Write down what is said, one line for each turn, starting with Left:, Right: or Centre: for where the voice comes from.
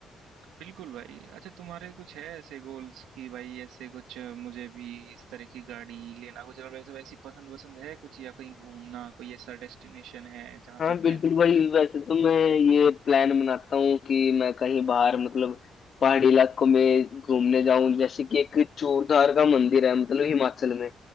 Right: बिल्कुल भाई। अच्छा तुम्हारे कुछ है ऐसे गोल्स कि भाई ऐसे कुछ मुझे भी इस तरह की गाड़ी लेना कुछ और वैसे वैसी पसंद वसंद है कुछ या कहीं घूमना कोई ऐसा डेस्टिनेशन है जहाँ
Left: हाँ
Right: पे
Left: बिल्कुल
Right: प्लान
Left: भाई वैसे तो मैं ये प्लान बनाता हूँ कि मैं कहीं बाहर मतलब पहाड़ी इलाकों में घूमने जाऊं जैसे कि एक चूरधार का मंदिर है मतलब हिमाचल में